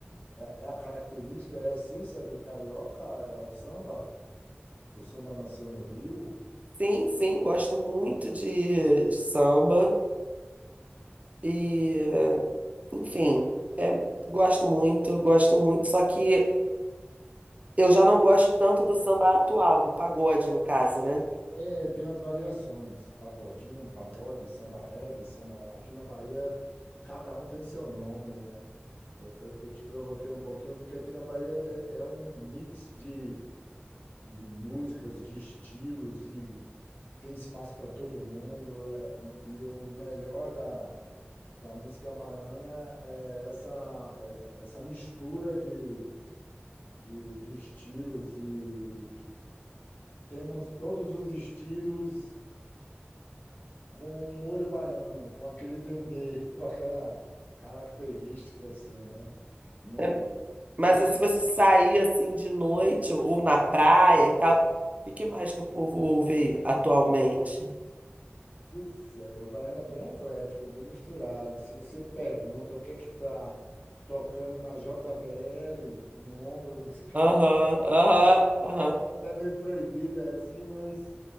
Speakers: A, on the left (about 50°); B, on the right (about 35°).
A: é a característica, é a essência do carioca, é o samba. O samba nasceu no Rio.
B: sim, sim, gosto muito
A: né?
B: de, de samba e, eh, enfim, é, gosto muito, gosto muito, só que eu já não gosto tanto do samba atual, do pagode, no caso, né?
A: É, tem umas variações, pagodinho, um pagode, samba reggae, samba... Aqui na Bahia, cada um tem seu nome, né? Eu, eu- eu te provoquei um pouquinho, porque aqui na Bahia é, é um mix de, de músicas, de estilos, e tem espaço para todo mundo. é, e, e o melhor da, da música baiana é essa, é essa mistura de, de, de estilos, e temos todos os estilos com o molho baiano, com aquele dendê, <laughs> com aquela característica assim, né? Ne-
B: É, mas
A: Nesse,
B: se você sair, assim, de noite ou na praia e tal, o que que mais que o povo ouve aí atualmente?
A: pois é, o baiano é bem eclético, bem misturado. Se você pergunta o que é que tá tocando na JBL, no ombro dos <laughs> caras,
B: Aham, aham, aham,
A: até meio proibido é assim, mas